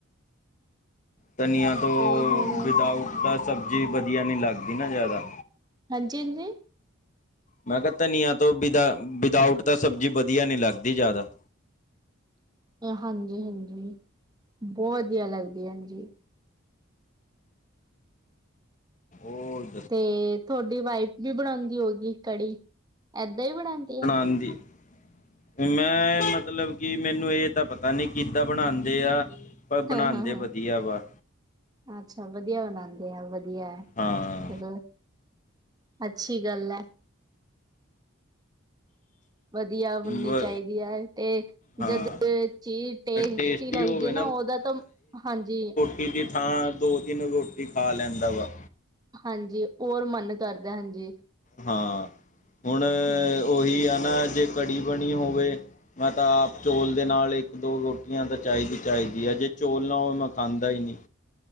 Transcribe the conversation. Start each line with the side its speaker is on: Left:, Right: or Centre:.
Left: ਧਨੀਆ ਤੋਂ
Right: ਤੇ ਹੁਣ
Left: ਵਿਦਾਊਟ ਦਾ ਸਬਜ਼ੀ ਵਧੀਆ ਨਹੀਂ ਲੱਗਦੀ ਨਾ ਜ਼ਿਆਦਾ
Right: ਹਾਂਜੀ ਹਾਂਜੀ
Left: ਮੈਂ ਕਿਹਾ ਧਨੀਆ ਤੋਂ ਵਿ ਵਿਦਾਊਟ ਤਾਂ ਸਬਜ਼ੀ ਵਧੀਆ ਨੀ ਲੱਗਦੀ ਜ਼ਿਆਦਾ
Right: ਹਾਂਜੀ ਹਾਂਜੀ ਬਹੁਤ ਵਧੀਆ ਲੱਗਦੀ ਹਾਂਜੀ
Left: ਹੋਰ
Right: ਤੇ ਤੁਹਾਡੀ ਵਾਈਫ ਵੀ ਬਣਾਉਂਦੀ ਹੋ ਗਈ ਕੜੀ ਏਦਾਂ ਹੀ ਬਣਾਉਂਦੀ ਆ
Left: <inaudible> ਮੈਂ ਮਤਲਬ ਕਿ ਮੈਨੂੰ ਇਹ ਤਾਂ ਪਤਾ ਨੀ ਕਿੱਦਾਂ ਬਣਾਉਂਦੇ ਆ ਪਰ ਬਣਾਉਂਦੇ
Right: ਹਾਂ ਹਾਂ ਹਾਂ
Left: ਵਧੀਆ ਵਾ
Right: ਅੱਛਾ ਵਧੀਆ ਬਣਾਉਂਦੇ ਆ ਵਧੀਆ
Left: ਹਾਂ
Right: ਚਲੋ ਅੱਛੀ ਗੱਲ ਹੈ ਵਧੀਆ ਹੋਣੀ
Left: ਬ
Right: ਚਾਹੀਦੀ ਹੈ ਤੇ
Left: ਹਾਂ
Right: ਜਦ ਚੀਜ਼ ਤੇ
Left: ਟੇਸਟੀ
Right: ਟੀ ਲੱਗਦੀ
Left: ਹੋਵੇ
Right: ਹੈ ਨਾ ਉਹਦਾ ਤਾਂ ਹਾਂਜੀ
Left: ਰੀ ਦੀ ਥਾਂ ਦੋ ਤਿੰਨ ਰੋਟੀ ਖਾ ਲੈਂਦਾ ਵਾ
Right: ਹਾਂਜੀ ਹੋਰ ਮਨ ਕਰਦਾ ਹਾਂਜੀ
Left: ਹਾਂ ਹੁਣ
Right: ਹਮ
Left: ਉਹੀ ਆ ਨਾ ਜੇ ਘੜੀ ਬਣੀ ਹੋਵੇ ਮੈਂ ਤਾਂ ਆਪ ਚੌਲ ਦੇ ਨਾਲ ਇੱਕ ਦੋ ਰੋਟੀਆਂ ਤਾਂ ਚਾਹੀਦੀ ਚਾਹੀਦੀ ਆ ਜੇ ਚੌਲ ਨਾ ਹੋਵੇ ਮੈਂ ਖਾਂਦਾ ਹੀ ਨਹੀਂ